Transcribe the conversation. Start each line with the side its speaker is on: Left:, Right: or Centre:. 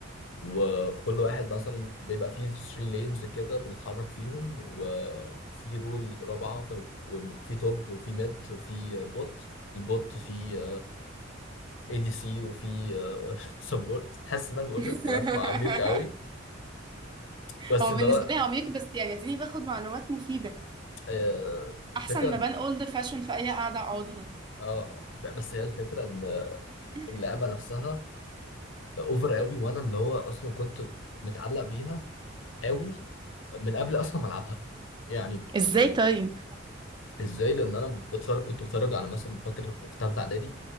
Left: وكل واحد مثلا بيبقى فيه 3 لينز كده بنتحرك فيهم وفي رول رابعه في وفي توب وفي ميد وفي بوت البوت فيه اي دي سي وفي سبورت <laughs> حاسس ان انا بقول
Right: <laughs>
Left: الكلام عميق قوي بس
Right: هو
Left: اللي
Right: بالنسبة
Left: هو
Right: لي عميق بس يعني اديني باخد معلومات مفيدة
Left: آه،
Right: احسن
Left: الفكره
Right: ما بان اولد فاشون في اي قعدة اقعدها
Left: اه ب- بس هي الفكره ان
Right: <laughs>
Left: اللعبه نفسها اوفر قوي وانا اللي هو اصلا كنت متعلق بيها قوي من قبل اصلا ما العبها يعني
Right: ازاي
Left: يعني
Right: طيب
Left: ازاي لان انا بتفرج كنت بتفرج على مثلا فاكر في ثالثه اعدادي